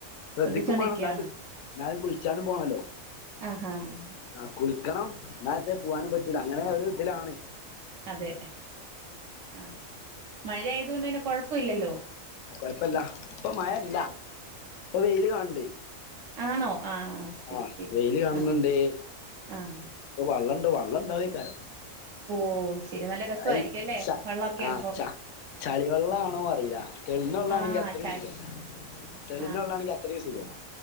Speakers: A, on the left; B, on the right.
A: ശ്രദ്ധിക്കുമ
B: ശ്രദ്ധിച്ചോണ്ടിരിക്കയാണ്
A: വണം എന്നട്ട എന്ന കുളിച്ചാനും പോണല്ലോ
B: ആഹാ
A: ആ കുളിക്കണം എന്നാൽ അകത്ത് പോകാനും പറ്റൂല അങ്ങനെ ഒരു ഇതിലാണ്
B: അതെ ആ മഴ ആയതുകൊണ്ട് കൊഴപ്പമില്ലല്ലോ
A: കൊഴപ്പല്ല ഇപ്പൊ മഴയില്ല ഇപ്പ വെയില് കാണുന്നുണ്ട്
B: ആണോ ആഹ് ശരി
A: ആഹ്
B: ശരി
A: വെയില് കാണുന്നുണ്ട്
B: ആഹ് ആഹ്
A: ഇപ്പൊ വള്ളം വള്ളമുണ്ടായെക്കാരം
B: ഓ ശരി നല്ല രസമായിരിക്കും
A: അ
B: അല്ലേ
A: ച
B: വെള്ളമൊക്കെ
A: ആ
B: ആവുമ്പോ
A: ച ചെളി വെള്ളം ആണോ അറിയില്ല തെളിഞ്ഞ വെള്ളം
B: ആഹ്
A: ആണെങ്കിൽ അത്രയും
B: ചാൽ
A: സുഖം തെളിഞ്ഞ
B: ആഹ്
A: വള്ളാണെങ്കിൽ അത്രയും സുഖം